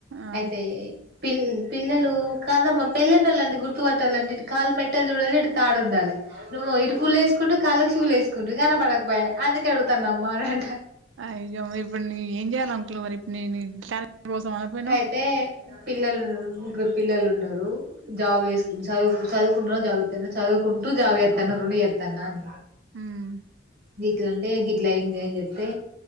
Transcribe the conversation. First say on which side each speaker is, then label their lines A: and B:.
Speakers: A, on the right (about 70°); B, on the right (about 55°).
A: ఆ
B: అయితే పిల్ పిల్లలు కాదమ్మ వాళ్ళండి గుర్తుపట్టాలండి కాళ్ళు మెట్టలు చూడాలి ఇటు తాడు ఉండాలి నువ్వు ఇటు ఫుల్లు వేసుకుండు కాళ్ళకి షూలు వేసుకుండు కనపడకపాయె అందుక అడుగుతున్నం అంట
A: అయ్యో ఇప్పుడు నేను ఏం చేయాల అంకుల్ మరి నేను క్యారెక్టర్ కోసం అనపోయినవ్
B: అయితే పిల్లలు ముగ్గురు పిల్లలు ఉన్నారు జాబ్ చేసుకు చ చదువుకుంటున్నారూ జాబ్ చేస్తున్నారు చదువుకుంటూ జాబ్ చేస్తాన్నారు రెండు చెత్త న్నారు
A: ఉమ్
B: గీట్ల అంటే గిట్లా అయ్యిందా అని చెప్తే